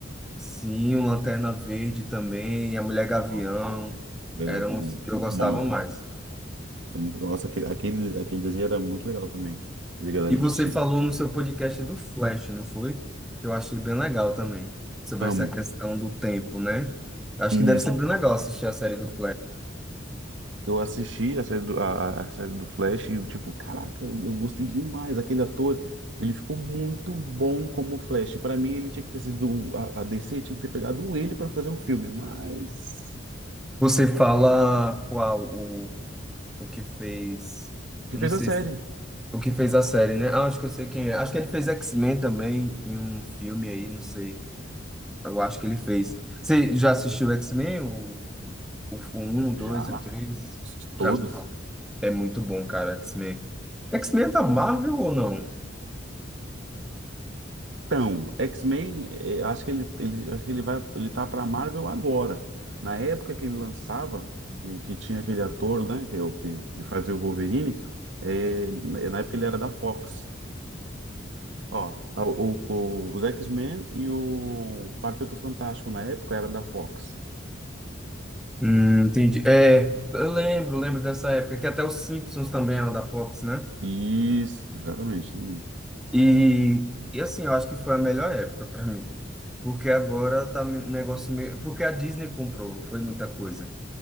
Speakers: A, in the centre; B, on the right (about 70°).
A: sim, o Lanterna Verde também, a Mulher Gavião,
B: Ó, ele
A: eram
B: era
A: os
B: muito
A: que eu
B: bom,
A: gostava
B: velho.
A: mais.
B: Foi muito- Nossa, aquele, aquele, aquele desenho era muito legal também. Liga da
A: E
B: Justiça.
A: você falou no seu podcast do Flash, não foi? Eu achei bem legal também, sobre
B: Amo.
A: essa questão do tempo, né? Acho
B: isso
A: que deve ser bem legal assistir a série do Flash.
B: Eu assisti a série do, a, a- a série do Flash e, tipo, caraca, eu, eu gostei demais. Aquele ator, ele ficou muito bom como Flash. Pra mim, ele tinha que ter sido. A, a DC tinha que ter pegado ele pra fazer o filme, mas.
A: Você fala qual o, o que fez.
B: O que
A: Eu não
B: fez
A: sei
B: a série?
A: se- o que fez a série, né? Ah, acho que eu sei quem é. Acho que ele fez X-Men também em um filme aí, não sei. Eu acho que ele fez. Você já assistiu X-Men? O, o, o 1, o 2,
B: Já.
A: o 3?
B: Todos.
A: Pra mim, é muito bom, cara, X-Men. X-Men é da Marvel ou não?
B: Então, X-Men, eh, acho que ele, ele, acho que ele vai, ele tá pra Marvel agora. Na época que ele lançava, que, que tinha aquele ator, né, que, é o- que fazia o Wolverine, eh, na na época ele era da Fox. Ó, a- o, o- os X-Men e o Quarteto Fantástico na época era da Fox.
A: Hum, entendi. É, eu lembro, lembro dessa época, que até os Simpsons também eram da Fox, né?
B: Isso, exatamente. Hum.
A: E, e assim, eu acho que foi a melhor época para mim. Porque agora tá um negócio meio. Porque a Disney comprou, não foi muita coisa.